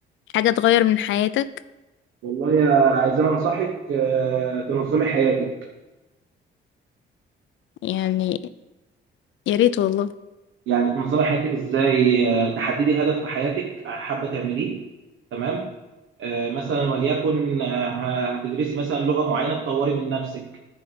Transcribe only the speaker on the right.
والله يا عايزين انصحك آه، تنظمي حياتك
يعني تنظمي حياتك ازاي آه، تحددي هدف في حياتك حابه تعمليه تمام آه، مثلا وليكن آه، هتدرسي مثلا لغه معينه تطوري من نفسك